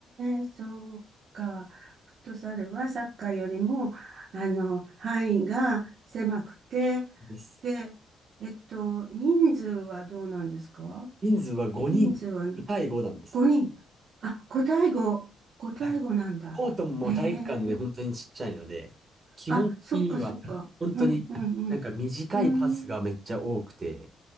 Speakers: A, on the right; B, on the right.
A: え、そうか。フットサルはサッカーよりも、あの、範囲が狭くて、
B: そうです。
A: で、えっと、人数はどうなんですか
B: 人数は5人、
A: 人数は、
B: 5対5なんですよ。
A: 5人。あ、五対5。五対5なんだ。
B: はい。コートももう体育館で本当にちっちゃいので、
A: へえ。
B: 基本的には本当になんか短いパスがめっちゃ多くて、
A: あ、そっかそっか。うん、うん、うん。うーん。